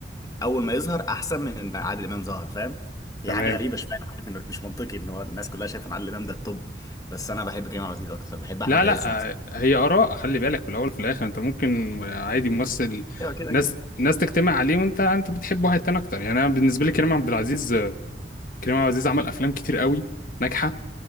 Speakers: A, on the left; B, on the left.
A: اول ما يظهر احسن من ان عادل امام ظهر فاهم هي
B: تمام
A: حاجه غريبه شويه أنا عارف انه مش منطقي ان هو الناس كلها شايفه ان عادل امام ده التوب بس انا بحب كريم عبد العزيز اكتر بحب احمد
B: لا لا
A: عز مثلا
B: هي آراء خلي بالك في الأول وفي الآخر أنت ممكن عادي ممثل
A: ايوه كده
B: ناس
A: كده
B: ناس تجتمع عليه وأنت أنت بتحب واحد تاني أكتر يعني أنا بالنسبة لي كريم عبد العزيز كريم عبد العزيز عمل أفلام كتير قوي ناجحة